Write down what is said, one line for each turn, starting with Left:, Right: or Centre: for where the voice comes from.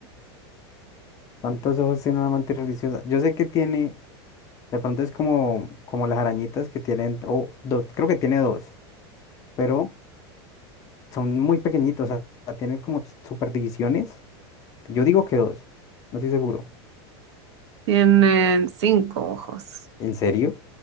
Left: ¿Cuántos ojos tiene una amante religiosa? Yo sé que tiene, de pronto es como, como las arañitas que tienen, o dos, creo que tiene dos, pero son muy pequeñitos, o sea, tienen como super divisiones Yo digo que dos, no estoy seguro.
Right: Tienen cinco ojos.
Left: ¿En serio?